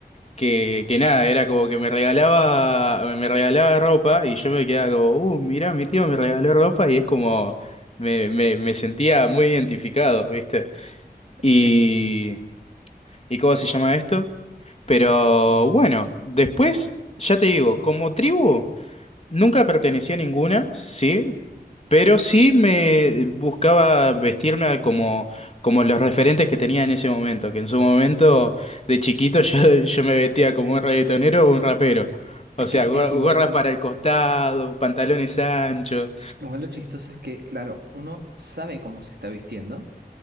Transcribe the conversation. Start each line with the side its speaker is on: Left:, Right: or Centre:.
Left: que, que nada, era como que me regalaba, me regalaba ropa y yo me quedaba como, uh, mirá, mi tío me regaló ropa y es como, me, me, me sentía muy identificado, ¿viste?
Right: Es,
Left: Y, ¿y cómo se llama esto? Pero bueno, después, ya te digo, como tribu. Nunca pertenecí a ninguna, sí, pero sí me buscaba vestirme como, como los referentes que tenía en ese momento, que en su momento de chiquito <laughs> yo, yo me vestía como un reggaetonero o un rapero. O
Right: es
Left: sea,
Right: que eh,
Left: gor-
Right: igual,
Left: gorras para el costado, pantalones anchos.
Right: igual lo chistoso es que, claro, uno sabe cómo se está vistiendo,